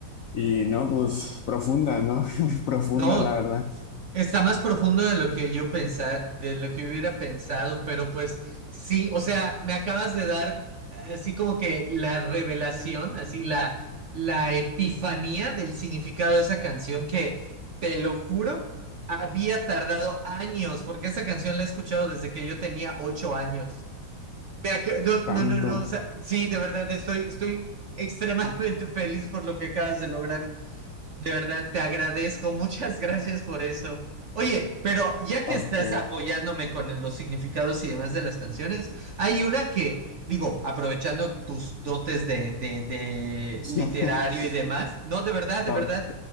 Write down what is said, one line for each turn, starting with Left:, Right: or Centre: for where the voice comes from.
Left: y, ¿no? Pues profunda, ¿no? <laughs> Profunda,
Right: No,
Left: la verdad.
Right: Está más profundo de lo que yo pensaba, de lo que hubiera pensado, pero pues sí, o sea, me acabas de dar así como que la revelación, así la, la epifanía del significado de esa canción que, te lo juro, había tardado años, porque esa canción la he escuchado desde que yo tenía ocho años. Me ac- No, no,
Left: Tanto.
Right: no, no, o sea, sí, de verdad, estoy, estoy extremadamente feliz por lo que acabas de lograr. De verdad, te agradezco. Muchas gracias por eso. Oye, pero ya que
Left: Ok.
Right: estás apoyándome con el- los significados y demás de las canciones, hay una que, digo, aprovechando tus dotes de, de, de
Left: <laughs>
Right: literario y demás, no, de verdad,
Left: Ok.
Right: de verdad,